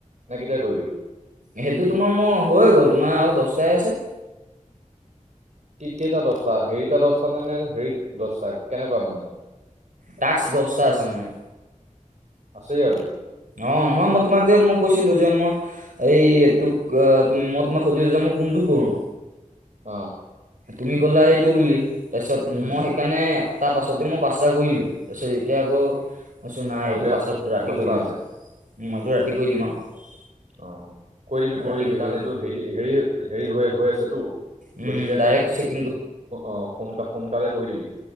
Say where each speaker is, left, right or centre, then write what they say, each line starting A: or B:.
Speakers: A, on the right (about 60°); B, on the right (about 85°).
A: নে কেতিয়া কৰিবি?
B: সেইটো তোমাৰ মোৰ হৈ গ'ল তোমাৰ আৰু দহটা হে আছে।
A: কি কেইটা দচটা হেৰিটা দচটা নে নে হেৰিত দহটা কেনেকুৱা মানে?
B: টাক্স দহটা আছে মানে।
A: আছেই আৰু?
B: অ' নহয় মই তোমাক যে মই কৈছিলো যে মই এই এইটোক তু-মই তোমাক সুধিছ মই কোনটো কৰো?
A: অ
B: তুমি ক'লা সেইটো বুলি তাৰপিছত
A: উম
B: মই সেইকাৰণে তাৰ পাছতে মই পাঁচটা কৰি দিলো তাৰ পিছত এতিয়া আকৌ কইছো নাই
A: আৰু এতিয়া
B: টো পাছত ৰাতি
A: দহটা
B: কৈ দিম
A: আছে
B: আৰু মইতো ৰাতি কৰি দিম আৰু।
A: অ কৈ দিবি কৈ
B: ৰাতি
A: দিবি
B: হৈ
A: কাৰণ
B: যাব
A: এইটো হে হেৰি হেৰি হৈ হৈ আছেতো
B: উম
A: গতিকে
B: দাৰে চেক
A: অ সোনাল সোনকালে কৈ দিবি।